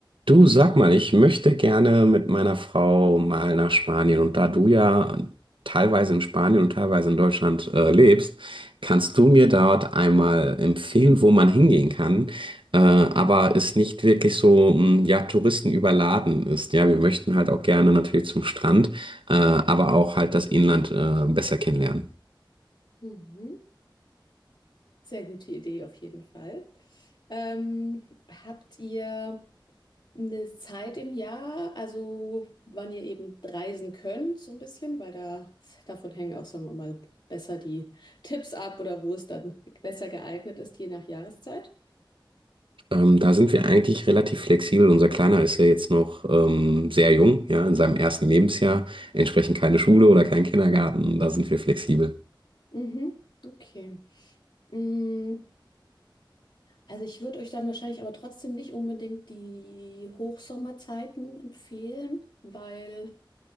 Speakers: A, on the right (about 80°); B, on the left (about 60°).
A: Du, sag mal, ich möchte gerne mit meiner Frau mal nach Spanien. Und da du ja teilweise in Spanien und teilweise in Deutschland äh, lebst, kannst du mir dort einmal empfehlen, wo man hingehen kann, äh, aber es nicht wirklich so, mh, ja, Touristen überladen ist. Ja, wir möchten halt auch gerne natürlich zum Strand, äh, aber auch halt das Inland äh, besser kennenlernen.
B: Mhm. Sehr gute Idee auf jeden Fall. Ähm, habt ihr eine Zeit im Jahr, also wann ihr eben reisen könnt, so ein bisschen, weil da davon hängen auch, sagen wir mal, besser die Tipps ab oder wo es dann besser geeignet ist, je nach Jahreszeit?
A: Ähm, da sind wir eigentlich relativ flexibel. Unser Kleiner ist ja jetzt noch ähm, sehr jung, ja, in seinem ersten Lebensjahr. Entsprechend keine Schule oder kein Kindergarten. Da sind wir flexibel.
B: Mhm, okay. Mm, Also ich würde euch dann wahrscheinlich aber trotzdem nicht unbedingt die Hochsommerzeiten empfehlen, weil